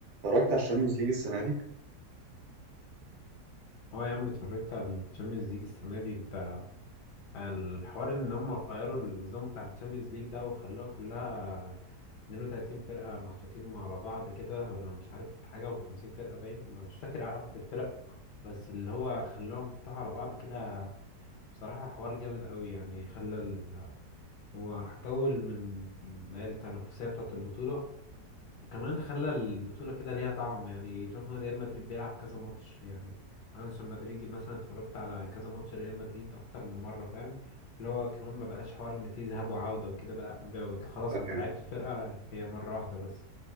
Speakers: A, on the right; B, on the left.
A: اتفرجت على الشامبيونز ليج السنة دي
B: اه يا عم اتفرجت على الشامبيونز ليج السنه دي انت الحوار ان هم غيروا النظام بتاع الشامبيونز ليج ده وخلوها كلها 32 فرقه محطوطين على بعض كده ولا مش عارف حاجه و50 فرقه باين مش فاكر عدد الفرق بس اللي هو خلاهم محطوطة على بعض كده بصراحه حوار جامد قوي يعني خلى ال... هو هتطول من اللي هي التنافسيه بتاعه البطوله وكمان خلى البطولة كده ليها طعم يعني شفنا ريال مدريد بيلعب كذا ماتش يعني أنا عشان مدريدي مثلا اتفرجت على كذا ماتش ريال مدريد أكتر من مرة فاهم اللي هو كمان ما بقاش حوار إن فيه ذهاب وعودة وكده بقى بقى- خلاص
A: آه،
B: أنت لعبت فرقة هي مرة واحدة بس